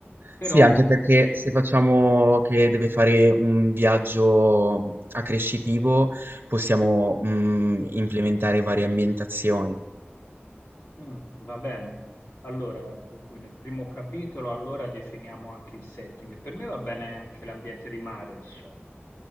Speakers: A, on the left (about 75°); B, on the right (about 60°).
A: però
B: Sì, anche perché
A: mm,
B: se facciamo che deve fare un viaggio accrescitivo, possiamo, mhmm, implementare varie ambientazioni.
A: mm, va bene. Allora, per cui nel primo capitolo allora definiamo anche il setting. Per me va bene anche l'ambiente di mare, insomma.